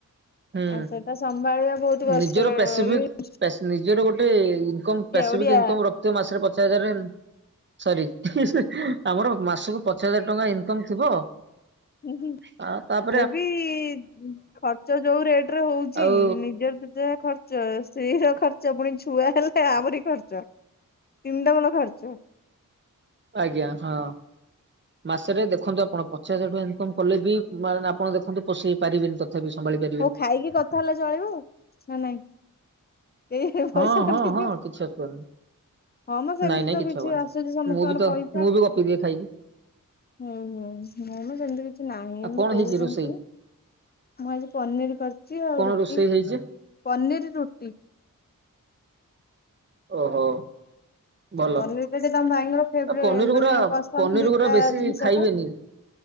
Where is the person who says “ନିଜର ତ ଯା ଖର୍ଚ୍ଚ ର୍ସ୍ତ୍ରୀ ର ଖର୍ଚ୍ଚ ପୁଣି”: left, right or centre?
Left